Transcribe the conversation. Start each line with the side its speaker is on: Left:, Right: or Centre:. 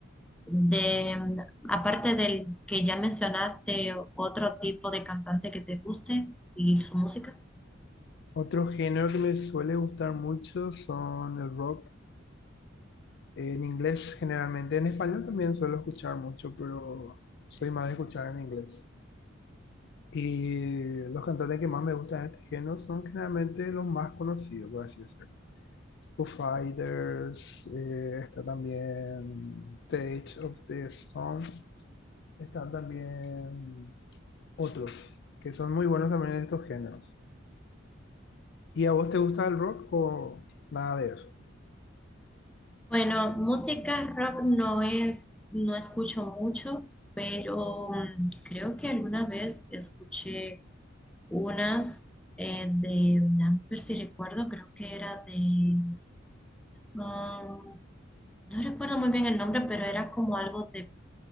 Centre: De, mm, aparte del que ya mencionaste, otro tipo de cantante que te guste y su música.
Left: Otro género que me suele gustar mucho son el rock en inglés generalmente. En español también suelo escuchar mucho, pero soy más de escuchar en inglés. Y los cantantes que más me gustan de este género son generalmente los más conocidos, por así decirlo. Foo Fighters, eh, está también The Edge of the Storm, están también otros que son muy buenos también en estos géneros. ¿Y a vos te gusta el rock o nada de eso?
Centre: Bueno, música rock no es, no escucho mucho, pero mm, creo que alguna vez escuché Unas eh, de, dame ver si recuerdo, creo que era de, um, no recuerdo muy bien el nombre, pero era como algo de